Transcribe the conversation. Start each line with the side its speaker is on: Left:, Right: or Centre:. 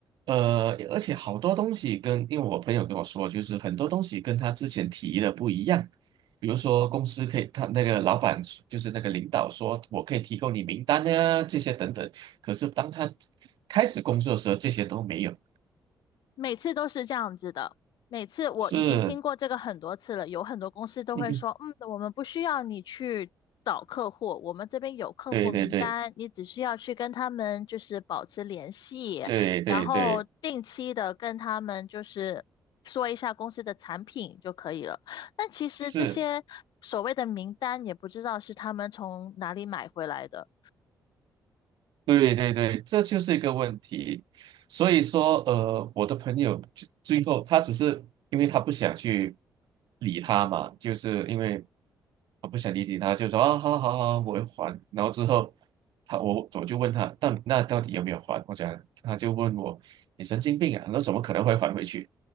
Right: 呃，而且好多东西跟，因为我朋友跟我说，就是很多东西跟他之前提的不一样。比如说，公司可以，他那个老板就是那个领导说，我可以提供你名单啊，这些等等。可是当他开始工作的时候，这些都没有。
Left: 每次都是这样子的，每次我已经听过这个很多次了，
Right: 是，
Left: 有很多公司都会说，
Right: <laughs>
Left: 嗯，我们不需要你去找客户，我们这边有客户名单，
Right: 对对对
Left: 你只需要去跟他们就是保持联系，
Right: 对对对，
Left: 然后定期的跟他们就是说一下公司的产品就可以了。但其实这些所谓的名单也不知道是他们从哪里买回来的。
Right: 是。对对对，这就是一个问题。所以说，呃，我的朋友最最后他只是因为他不想去理他嘛，就是因为我不想理理他，就说啊，好好好，我会还。然后之后他我我就问他，到那到底有没有还？我讲他就问我，你神经病啊，那怎么可能会还回去？